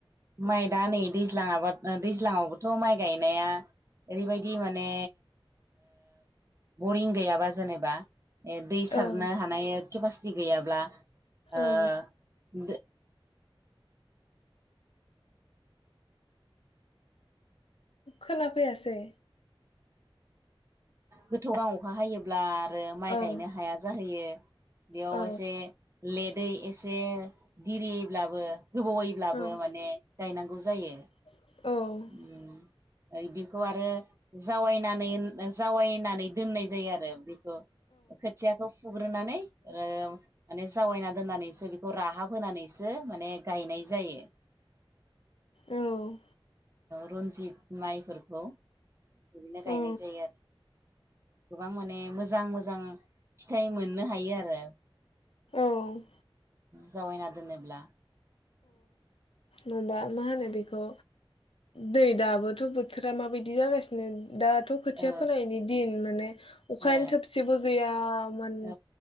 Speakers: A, on the right; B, on the left.
A: माइ दा नै दै दैज्लां आबाद दैज्लांआवबोथ' माइ गायनाया ओरैबायदि माने बरिं गैयाबा जेनेबा दै सारनो
B: औ
A: हानाय केपासि ति गैयाब्ला ओ
B: औ खोना फैयासै
A: गोथौ <unintelligible> अखा हायो ब्ला आरो माइ गायनो
B: औ
A: हाया जाहैयो बेयाव
B: औ
A: एसे लेदै से दिरियैब्लाबो गोबावैब्लाबो
B: औ
A: माने गायनांगौ जायो।
B: <unintelligible> औ
A: उम <unintelligible> बेखौ आरो जावायनानै <unintelligible> जावायनानै दोननाय जायो आरो बेखो खोथियाखौ फुग्रोनानै ओ माने जावायना दोननानैसो बेखौ राहाब होनानैसो माने गायनाय जायो।
B: औ
A: रन्जित माइफोरखौ बिदिनो गायनाय
B: औ
A: जायो आरो गोबां माने मोजां मोजां फिथाइ मोननो हायो आरो
B: औ
A: जावायना दोनोब्ला
B: नुबा मा होनो बेखौ दै दाबोथ' बोथोरा माबायदि जागासिनो दाथ' खोथिया
A: औ
B: फोनायनि दिन माने अखायानो
A: ओ
B: थोबसेबो गैयामोन
A: औ